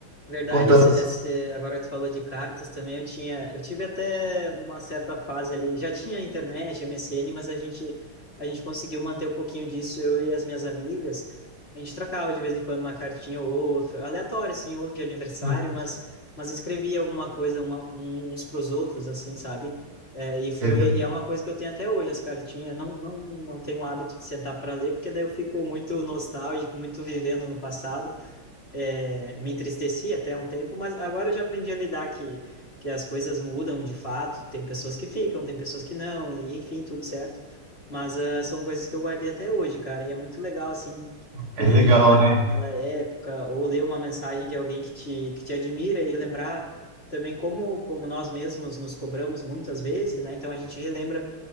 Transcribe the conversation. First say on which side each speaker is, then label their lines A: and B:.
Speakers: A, on the left; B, on the right.
A: Verdade,
B: contando
A: esse, esse- agora que tu falou de cartas também, eu tinha, eu tive até uma certa fase ali, já tinha internet, MSN, mas a gente, a gente conseguiu manter um pouquinho disso, eu e as minhas amigas, a gente trocava de vez em quando uma cartinha ou outra, aleatória, assim, ou de aniversário,
B: assim.
A: mas, mas escrevia alguma coisa uma, um- uns pros outros, assim, sabe? É, e foi,
B: É verdade.
A: e é uma coisa que eu tenho até hoje, as cartinhas, não, não, não tenho o hábito de sentar para ler, porque daí eu fico muito nostálgico, muito vivendo no passado, é, me entristecia até um tempo, mas agora eu já aprendi a lidar que, que as coisas mudam de fato, tem pessoas que ficam, tem pessoas que não, e enfim, tudo certo. Mas ah, são coisas que eu guardei até hoje, cara, e é muito legal, assim, tu
B: É
A: relembrar
B: legal, né?
A: daquela época, ou ler uma mensagem de alguém que te, que te admira e lembrar também como, como nós mesmos nos cobramos muitas vezes, né? Então a gente relembra